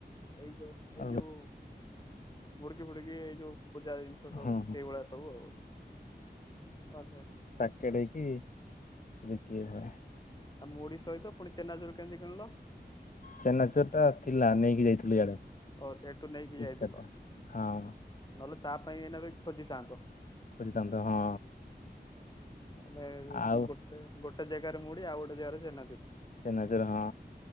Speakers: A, on the left (about 25°); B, on the left (about 50°).
A: ଏଇ ତ ଏଇ
B: ଆଉ
A: ଯୋଉ ମୁଡୁକି ଫୁଡୁକି ଏଇ ଯୋଉ ପୂଜା ଜିନିଷ ସବୁ
B: ହଁ ହଁ।
A: ସେଇଭଳିଆ ସବୁ ଆଉ ଆଛା ଆଛା।
B: କେଡ଼େ କିି ବିକି ହୁଏ <inaudible>
A: ଆଉ ମୁଡି ସହିତ ପୁଣି ଚେନାଚୁରୁ କେମିତି କିିଣିଲ?
B: ଚେନାଚୁର ଟା ଥିଲା ନେଇକି ଯାଇଥିଲୁ ଇଆଡୁ।
A: ଓ ସେଇଠୁ ନେଇକି ଯାଇଥିଲ
B: ମିକ୍ସଚର ଟା ହଁ।
A: ନହେଲେ ତା ପାଇଁ ଏଇନା ବି ଖୋଜିଥାନ୍ତ।
B: ଖୋଜିଥାନ୍ତୁ ହଁ।
A: ତାଲେ
B: ଆଉ
A: ଗୋଟେ ଗୋଟେ ଜାଗାରେ ମୁଡି ଆଉ ଗୋଟେ ଜାଗାରେ ଚେନାଚୁରୁ।
B: ଚେନାଚୁର ହଁ।